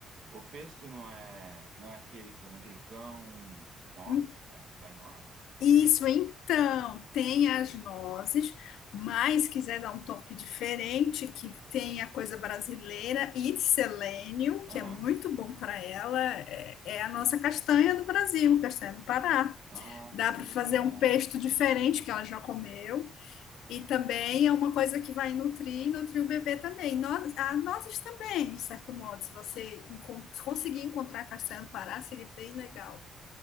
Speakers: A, on the right (about 65°); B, on the left (about 85°).
A: O pesto não é, não é aquele com manjericão, um nós,
B: Hum,
A: né? Vai nós?
B: Isso,
A: É esse?
B: então, tem as nozes, mas quiser dar um toque diferente, que tem a coisa brasileira e selênio,
A: Aham.
B: que é muito bom para ela, é, é a nossa castanha do Brasil, castanha do Pará.
A: Ah,
B: Dá
A: você
B: para fazer
A: lembrará.
B: um pesto diferente que ela já comeu. E também é uma coisa que vai nutrir e nutrir o bebê também. Nós, a nozes também, de certo modo, se você encon- conseguir encontrar castanha do Pará, seria bem legal